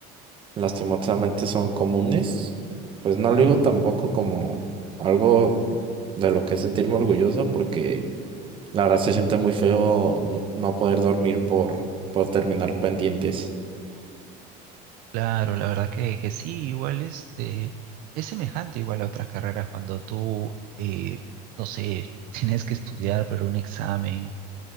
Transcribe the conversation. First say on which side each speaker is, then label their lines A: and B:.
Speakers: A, on the right (about 25°); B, on the right (about 50°).
A: lastimosamente son comunes. Pues no lo digo tampoco como algo de lo que sentirme orgulloso, porque la verdad se siente muy feo n- no poder dormir por, por terminar pendientes.
B: Claro, la verdad que, que sí, igual este, es semejante igual a otras carreras cuando tú, eh, no sé, <laughs> tienes que estudiar para un examen,